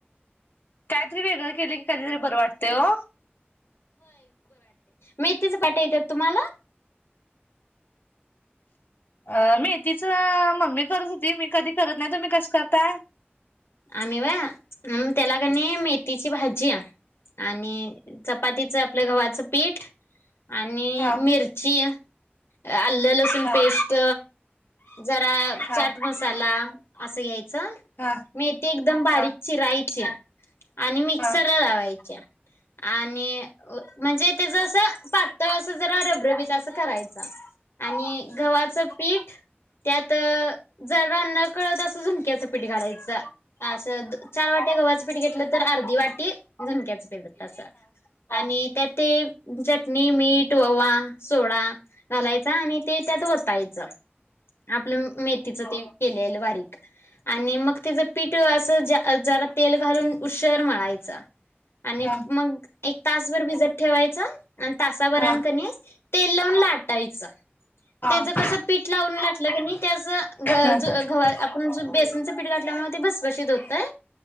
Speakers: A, on the left (about 55°); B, on the left (about 80°).
A: कायतरी वेगळं केले की कधीतरी बरं वाटते हो.
B: मेथीच पाठ येतात तुम्हाला.
A: आ मेथीचा मम्मी करत होती, मी कधी करत नाही तुम्ही कस करताय.
B: आम्ही वय त्याला कणी मेथीची भाजी, आणि चपातीचं आपलं गव्हाचं पीठ. आणि
A: हा.
B: मिरची आलं लसूण
A: हा.
B: पेस्ट जरा
A: हा
B: चाट मसाला. असं घ्यायचं?
A: हा हा
B: मेथी एकदम बारीक
A: हा. हा.
B: चिरायची. आणि मिक्सर
A: हा
B: ला लावायच्या. आणि म्हणजे त्याच असं पातळ अस जरा रबरबीत असं करायच आणि गव्हाचं पीठ त्यात जर न कळत असं झुंक्याचं पीठ घालायचं असं चार वाट्या गव्हाचं पीठ घेतलं तर अर्धी वाटी झणक्याच पिठ अस आणि त्यात ते चटणी, मीठ, ववा, सोडा घालायचा आणि ते त्यात वतायचं. आपलं मेथीच ते केलेलं वा आणि मग त्याच पीठ असं ज्या जरा तेल घालून उशर मळायचा. आणि
A: हा
B: मंग एक तासभर भिजत ठेवायचा. आणि तासावराण
A: हा हा
B: ण कणय तेल लावून लाटायचं.
A: हा
B: तेच कसं पीठ लावून लाटलं क नाही त्याच घ
A: हा.
B: ग गव्हाच आपण
A: हा
B: बेसनचं पीठ घातल्यामुळ भसभसीत होतय